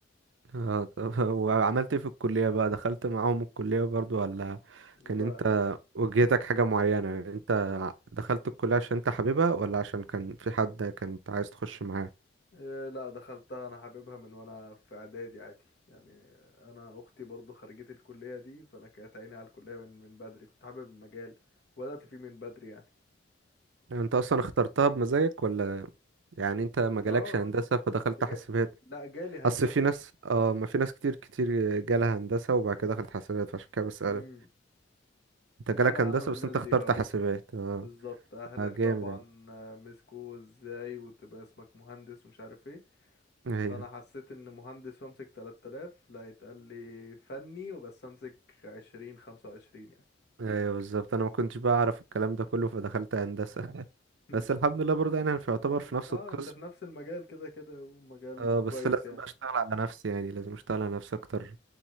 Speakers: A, on the right (about 75°); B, on the left (about 60°).
A: اه طب <laughs> وعملت ايه في الكلية بقى دخلت معاهم الكلية برضو ولا
B: لا
A: كان انت وجهتك حاجة معينة يعني انت ع- دخلت الكلية عشان انت حاببها ولا عشان كان في حد كنت عايز تخش معاه
B: آه، لا دخلتها انا حاببها من وانا في اعدادي عادي يعني انا اختي برضه خريجة الكلية دي فانا كانت عيني على الكلية من من بدري كنت حابب المجال وبدأت فيه من بدري يعني
A: يعني انت اصلا اخترتها بمزاجك ولا يعني انت ما جالكش
B: اه آه.
A: هندسة فدخلت
B: جا-
A: حاسبات
B: لا جالي هندسة
A: اصل في ناس اه ما في ناس كتير كتير جالها هندسة وبعد كده دخلت حاسبات فعشان كده بسألك
B: امم
A: انت جالك
B: لا انا
A: هندسة
B: انا من الناس
A: بس انت
B: دي
A: اخترت
B: اه
A: حاسبات اه
B: بالظبط اهلك
A: آه، جامد
B: طبعا
A: يعني
B: آه، مسكوا ازاي وتبقى اسمك مهندس ومش عارف ايه
A: ايوه
B: فانا حسيت ان مهندس وامسك 3000 لا يتقال لي فني وبس امسك 20 25 يعني
A: ايوه بالظبط انا ما كنتش بقى اعرف الكلام ده كله فدخلت هندسه <laughs>
B: مم.
A: بس الحمد لله برضه يعني انا مش
B: <laughs>
A: يعتبر
B: بس-
A: في نفس
B: اه
A: القسم
B: انت في نفس المجال كده كده ومجال
A: اه بس
B: كويس
A: لازم
B: يعني
A: بقى اشتغل على نفسي يعني لازم اشتغل على نفسي اكتر